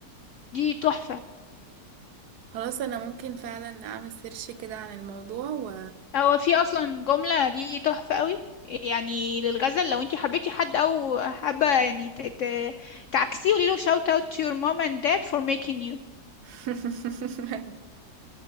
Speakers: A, on the left; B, on the right.
A: دي تحفة
B: خلاص انا ممكن فعلا اعمل سيرش كده عن الموضوع و
A: هو في أصلا جملة دي تحفة قوي يعني للغزل لو انتي حبيتي حد أو حابة يعني ت- ت- تعكسيه قولي له shout out to your mom and dad for making you
B: <laughs> <laughs>